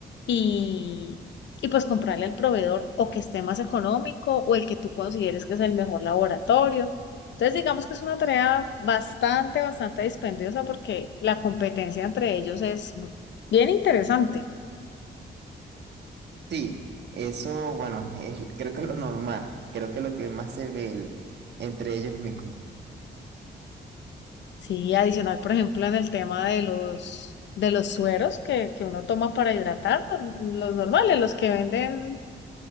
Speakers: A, on the left; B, on the right.
A: y, y pues comprarle al proveedor o que esté más económico o el que tú consideres que es el mejor laboratorio. Entonces, digamos que es una tarea bastante, bastante dispendiosa porque la competencia entre ellos es bien interesante.
B: Sí, eso, bueno, es- creo que es lo normal, creo que es lo que más se ve el- entre ellos mismos.
A: Sí, adicional, por ejemplo, en el tema de los, de los sueros que, que uno toma para hidratar, los normales, los que venden